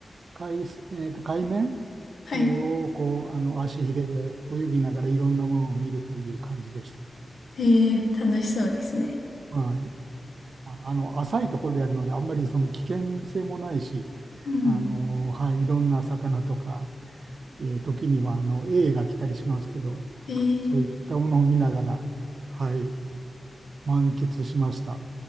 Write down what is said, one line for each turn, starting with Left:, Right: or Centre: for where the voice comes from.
Right: 海す、えーと、海面、
Left: はい。
Right: えーをこうあの足ひれで泳ぎながらいろんなものを見るという感じでした。
Left: えー、楽しそうですね。
Right: はい、まああの浅いところでやるのであんまりその危険性もないし
Left: うん。
Right: あの、はい、いろんな魚とか、えー時にはあのエイが来たりしますけど
Left: えー、
Right: そういったものを見ながら、はい、満喫しました。